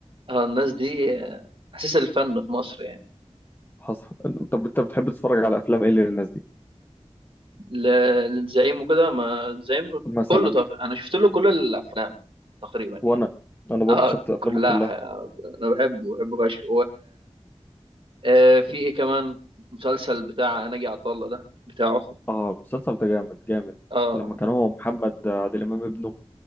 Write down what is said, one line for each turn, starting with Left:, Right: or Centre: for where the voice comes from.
Right: اه الناس دي آه، اساس الفن في مصر يعني
Left: حصل طب أنت بتحب تتفرج على أفلام إيه للناس دي
Right: ل- للزعيم وكده ما الزعيم
Left: مثلا
Right: كله طاقة انا شفت له كل الافلام تقريبا يعني
Left: وأنا أنا برضه
Right: اه
Left: شفت أفلامه
Right: كلها
Left: كلها
Right: ح- انا بحبه بحبه فشخ آه في ايه كمان مسلسل بتاع ناجي عطا الله ده بتاعه
Left: اه المسلسل ده جامد جامد
Right: اه
Left: لما كان هو محمد عادل إمام ابنه